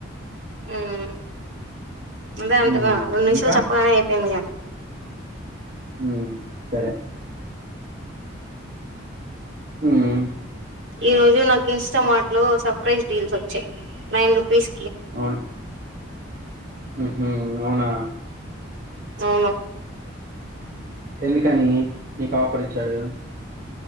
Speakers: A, on the right; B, on the right.
A: ఉమ్ అదే అంటగా
B: ఉమ్,
A: రెండు నిమిషాలు
B: ఇంకా
A: చెప్పగానే అయిపోయింది కానీ
B: ఉమ్ సరే ఉమ్
A: ఈ రోజు నాకు ఇన్స్టామార్ట్ లో సర్ప్రైజ్ డీల్స్ వచ్చాయి నైన్ రుపీస్
B: అవును ఉహూ అవునా
A: అవును
B: ఎందుకని నీకు ఆఫర్ ఇచ్చాడు